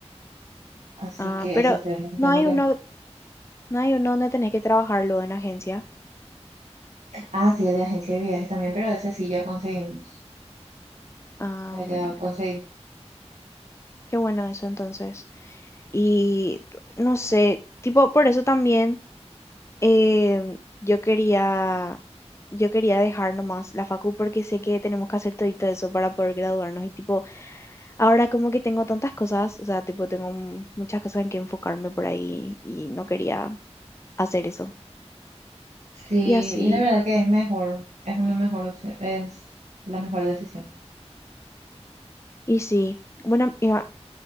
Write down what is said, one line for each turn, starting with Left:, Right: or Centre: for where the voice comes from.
Right: Así
Left: ah,
Right: que
Left: pero
Right: eso es lo que
Left: no
Right: tengo
Left: hay
Right: que
Left: uno
Right: ver.
Left: No hay uno donde tenés que trabajarlo en agencia.
Right: Ah, sí, el de agencia de viajes también, pero ese sí ya conseguimos.
Left: Ah,
Right: Ya, ya
Left: bueno, bueno.
Right: conseguí.
Left: Qué bueno eso entonces. Y no sé, tipo, por eso también em, yo quería, yo quería dejar nomás la facu porque sé que tenemos que hacer todito eso para poder graduarnos. Y tipo, ahora como que tengo tantas cosas, o sea, tipo, tengo mu- muchas cosas en que enfocarme por ahí y no quería hacer eso.
Right: Sí,
Left: Y así,
Right: y la verdad que es mejor, es una mejor opción, es la mejor decisión.
Left: y sí. Bueno, amiga,